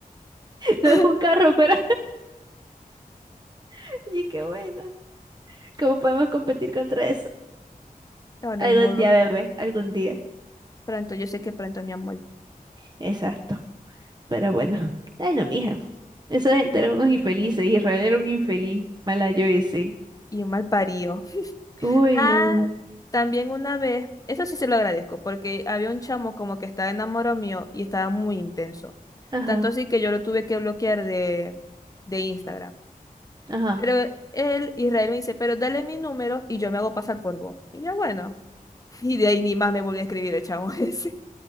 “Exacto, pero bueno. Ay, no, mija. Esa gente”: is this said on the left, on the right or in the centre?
Right